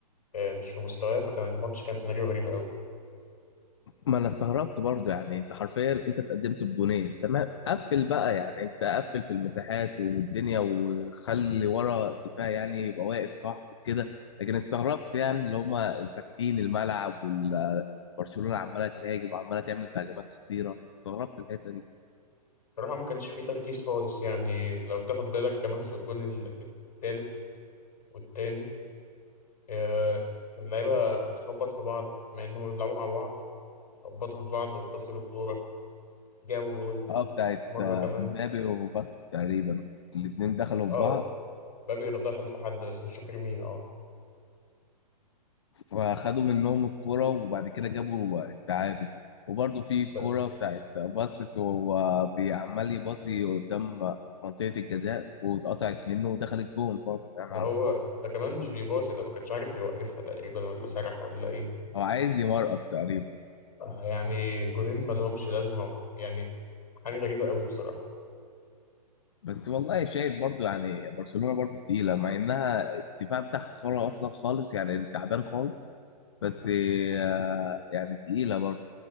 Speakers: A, on the left (about 65°); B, on the left (about 45°).
A: آه، مش في مستواه فكان الماتش كان سيناريو غريب قوي
B: ما انا استغربت برضه يعني انت حرفيا انت اتقدمت بجونين تمام قفل بقى يعني انت قفل في المساحات والدنيا وخلي ورا الدفاع يعني يبقى واقف صح وكده لكن استغربت يعني اللي هم فاتحين الملعب وبرشلونه عماله تهاجم وعماله تعمل هجمات خطيره استغربت الحته دي
A: بصراحة ما كانش فيه تركيز خالص يعني لو تاخد بالك كمان في الجون ال- التالت والتاني آه، اللعيبة بتخبط في بعض مع انهم بيلعبوا مع بعض خبطوا في بعض وخسروا الكورة جابوا جون
B: اه بتاعت
A: مرة
B: آه،
A: كمان
B: امبابي وفاسكس تقريبا الاتنين دخلوا
A: اه
B: في بعض
A: مبابي دخل في حد بس مش فاكر مين اه
B: فخدوا منهم الكرة وبعد كده جابوا التعادل وبرضه في الكرة
A: بس
B: بتاعت باسكس وهو بيعمل يباصي قدام منطقة الجزاء واتقطعت منه ودخلت جون برضه يعني
A: ده هو ده كمان مش بيباصي ده ما كانش عارف يوقفها تقريبا ولا سرح ولا ايه
B: هو عايز يمرقص تقريبا
A: يعني جونين ما لهمش لازمه يعني حاجه غريبه قوي بصراحه
B: بس والله شايف برضه يعني برشلونة برضه تقيلة مع إنها الدفاع بتاعها خرا أصلا خالص يعني تعبان خالص بس آه، يعني تقيلة برضه